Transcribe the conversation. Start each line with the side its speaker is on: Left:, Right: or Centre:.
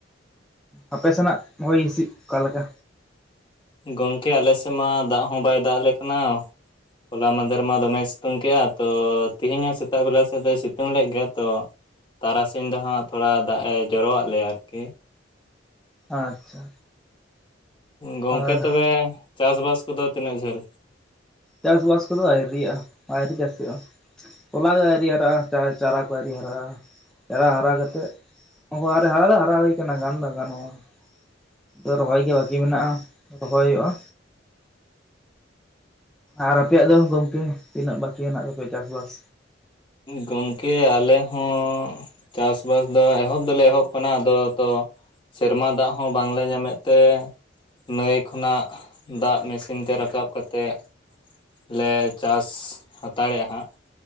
Centre: ᱟᱯᱮ ᱥᱮᱱᱟᱜ ᱦᱚᱭ ᱦᱤᱥᱤᱫ ᱚᱠᱟᱞᱮᱠᱟ
Left: ᱜᱚᱝᱠᱮ ᱟᱞᱮ ᱥᱮᱫ ᱢᱟ ᱫᱟᱜ ᱦᱚᱸ ᱵᱟᱭ ᱫᱟᱜ ᱟᱞᱮ ᱠᱟᱱᱟ ᱦᱚᱞᱟ ᱢᱟᱦᱫᱷᱮᱨ
Centre: ᱟᱪᱪᱷᱟ
Left: ᱢᱟ ᱫᱚᱢᱮ ᱥᱤᱼ ᱼᱛᱩᱝ ᱠᱮᱜᱼᱟ ᱛᱚ ᱛᱮᱦᱤᱧ ᱦᱚᱸ ᱥᱮᱛᱟᱜ ᱵᱮᱞᱟ ᱥᱮᱫ ᱫᱚᱭ ᱥᱤᱛᱩᱝ ᱞᱮᱫ ᱜᱮᱭᱟ ᱛᱚ ᱛᱟᱨᱟᱥᱤᱧ ᱫᱚ ᱦᱟᱸᱜ ᱛᱷᱚᱲᱟ ᱫᱟᱜᱼᱮ ᱡᱚᱨᱚᱣᱟᱜ ᱞᱮᱭᱟ ᱟᱨᱠᱤ
Centre: ᱟᱪᱪᱷᱟ
Left: ᱜᱚᱝᱠᱮ
Centre: ᱟᱨ
Left: ᱛᱚᱵᱮ ᱪᱟᱥ ᱵᱟᱥ ᱠᱚᱫᱚ ᱛᱤᱱᱟᱹᱜ ᱡᱷᱟᱹᱞ
Centre: ᱪᱟᱥ ᱟᱥ ᱠᱚᱫᱚ ᱟᱣᱨᱤᱭᱟᱜᱼᱟ <inaudible> ᱛᱚᱞᱟ ᱜᱮ ᱟᱣᱨᱤ ᱦᱟᱨᱟᱜᱼᱟ ᱪᱟᱨᱟ ᱠᱚ ᱟᱣᱨᱤ ᱦᱟᱨᱟᱜᱼᱟ ᱪᱟᱨᱟ ᱦᱟᱨᱟ ᱠᱟᱛᱮᱫ <unintelligible> ᱨᱮ ᱦᱟᱨᱟ ᱫᱚ ᱦᱟᱨᱟ ᱦᱩᱭ ᱠᱟᱱᱟ ᱜᱟᱱ ᱫᱚ ᱜᱟᱱᱚᱜᱼᱟ ᱛᱚ ᱨᱚᱦᱚᱭ ᱜᱮ ᱵᱟᱠᱤ ᱢᱮᱱᱟᱜᱼᱟ ᱨᱚᱦᱚᱭ ᱦᱩᱭᱩᱜᱼᱟ ᱟᱨ ᱟᱯᱮᱭᱟᱜ ᱫᱚ ᱜᱚᱝᱠᱮ ᱛᱤᱱᱟᱹᱜ ᱵᱟᱠᱤ ᱦᱮᱱᱟᱜ ᱛᱟᱯᱮ ᱪᱟᱥᱵᱟᱥ
Left: ᱜᱚᱝᱠᱮ ᱟᱞᱮ ᱦᱚᱸ ᱪᱟᱥᱵᱟᱥ ᱫᱚ ᱮᱦᱚᱵ ᱫᱚᱞᱮ ᱮᱦᱚᱵ ᱟᱠᱟᱱᱟ ᱟᱫᱚ ᱛᱚ ᱥᱮᱨᱢᱟ ᱫᱟᱜ ᱦᱚᱸ ᱵᱟᱝᱞᱮ ᱧᱟᱢᱮᱫ ᱛᱮ ᱱᱟᱹᱭ ᱠᱷᱚᱱᱟᱜ ᱫᱟᱜ ᱢᱮᱥᱤᱱ ᱛᱮ ᱨᱟᱠᱟᱵ ᱠᱟᱛᱮᱫ ᱞᱮ ᱪᱟᱥ ᱦᱟᱛᱟᱲᱮᱜᱼᱟ ᱦᱟᱸᱜ